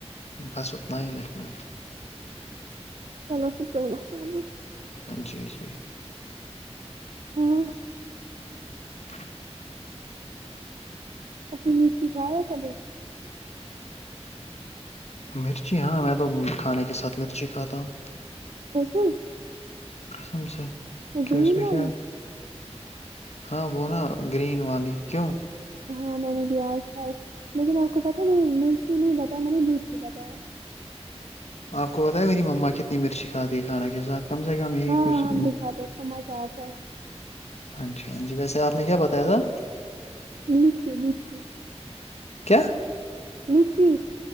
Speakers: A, on the left; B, on the right.
A: بس اوتننا ہی لکھنا
B: چلو پھر کوئی مسئلہ نہیں
A: جی جی
B: ہاں
A: ہاں
B: اپنی مرچی کھائے ہے کبھی
A: مرچی ہاں میں تو کھانے کے ساتھ مرچی کھاتا ہوں
B: اھا
A: کسم سے کیوں
B: گرین
A: اس میں
B: والی
A: کیا ہے ہاں وہ نا گرین والی کیوں
B: اں میں نے بیاج کھائی لیکن آپ کو پتاہ میں نے مرچی نہیں بتایا میں نے لیچی بتایا
A: آپ کو بت میری مما کتنی مرچی کاتی ہے کھانا کے ساتھ کم سے کم یہی
B: ہاں
A: کچھ
B: ہم بھی کھاتے ہیں اس کو مزہ آتا ہے
A: ہاں جی ہاں جی ویسے آپ نے کیا بتایا تھا
B: نیچے نچے
A: کیا
B: نیچی